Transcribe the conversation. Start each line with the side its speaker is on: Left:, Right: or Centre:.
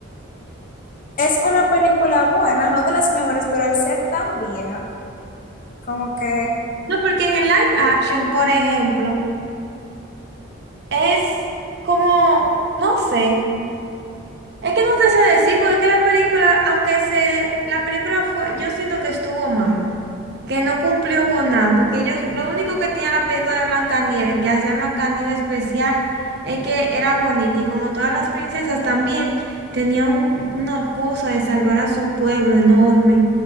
Left: Es una película buena, no de las mejores, pero al ser tan vieja, como que...
Right: No, porque en el live action, por ejemplo, es como, no sé. Es que no te sé decir, porque es que la película, aunque se, la película fue, yo siento que estuvo mala, que no cumplió con nada, porque yo, lo único que tenía la película de Blancanieves, que hacía Blancanieves especial, es que era bonita, y como todas las princesas también, tenía un- una cosa de salvar a su pueblo enorme,